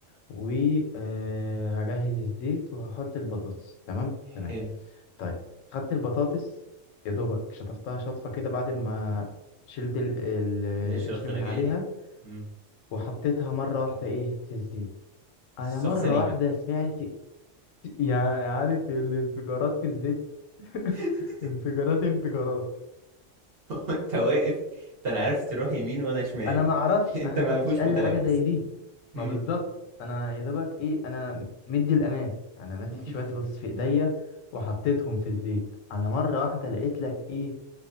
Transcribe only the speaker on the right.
حلو
ليش الخرجية
دي مم.
السوق
سليمة
<laughs>
انت واقف انت لا عارف تروح يمين ولا شمال
<laughs> انت
ما
فيهوش
متلبس
مم.
<laughs>